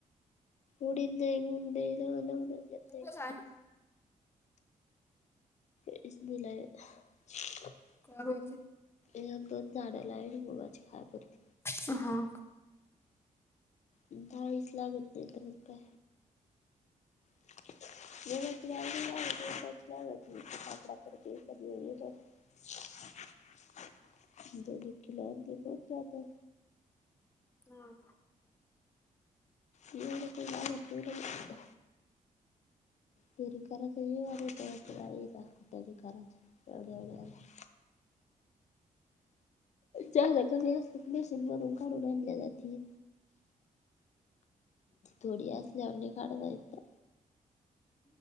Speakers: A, on the left; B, on the left.
A: उडीद नई, मुंग नई, लवु लवु नई देत. नाही
B: तुझंचाय ना?
A: <unintelligible>
B: हा बोल की.
A: इ दोन झाडं लाविल मुगाची खाय पुरत
B: हां हां.
A: दहावीस लागत नाही तर म काय. <unintelligible> दोडकी लावली तर जात्यात.
B: हां.
A: येवढं काही लागत नाही दोडक. तेरी कराच व जिवाव येत तरी कराच. एवढ एवढ्याला. जादा कमी असत मशीन वरून काढून आणल्या जातील. थोडी असल्यावर लई काडता येत का.